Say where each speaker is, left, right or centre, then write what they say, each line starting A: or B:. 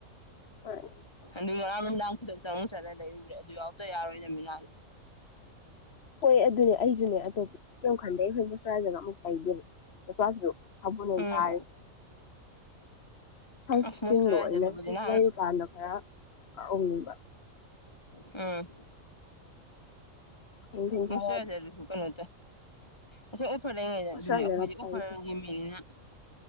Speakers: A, on the left; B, on the left.
A: ꯃꯥꯅꯦ
B: ꯀ ꯔꯝꯗꯥꯡ ꯈꯨꯗꯛꯇ ꯑꯃꯨꯛ ꯆꯠꯂ ꯂꯩꯔꯨꯔꯦ ꯑꯗꯨ ꯌꯥꯎꯗ ꯌꯥꯔꯣꯏ ꯅꯃꯤꯅꯥꯜ
A: ꯍꯣꯏ ꯑꯗꯨꯅꯦ ꯑꯩꯁꯨꯅꯦ ꯑꯇꯣꯞꯄ ꯀꯩꯈꯥꯟꯗꯩ ꯑꯩꯈꯣꯏꯕꯨ ꯁꯣꯔꯥꯖꯒ ꯑꯃꯨꯛ ꯇꯥꯏꯗꯦꯕ ꯇꯁ ꯁꯄꯅ
B: ꯎꯝ
A: ꯇꯥꯔꯁꯦ ꯁꯟꯁꯀ꯭ꯔꯤꯟꯗꯣ
B: ꯑꯁ ꯃꯣꯏꯆꯔꯥꯏꯖꯔꯗꯨꯕꯨꯗꯤ
A: ꯑꯣꯏꯅ ꯁꯨꯝ
B: ꯅꯍꯥꯟ
A: ꯂꯩꯔꯤꯀꯥꯟꯗ ꯈꯔꯅꯤꯡꯕ
B: ꯎꯝ
A: ꯈꯪꯊꯦꯡ
B: ꯍꯨ
A: ꯈꯔ
B: ꯁꯋꯥ ꯍꯥꯏ ꯆꯔ ꯁ ꯀꯩꯅꯣ ꯑ ꯑꯣꯐꯔ ꯂꯩꯉꯩꯗ
A: ꯑꯣꯁꯇ꯭ꯔꯦꯂꯤꯌꯥ
B: ꯑꯗꯨꯅꯦ ꯑꯩꯈꯣꯏꯦ ꯑꯣꯐꯔꯒꯤ
A: ꯇꯧꯔꯤꯁꯦ
B: ꯃꯤꯅꯤꯅ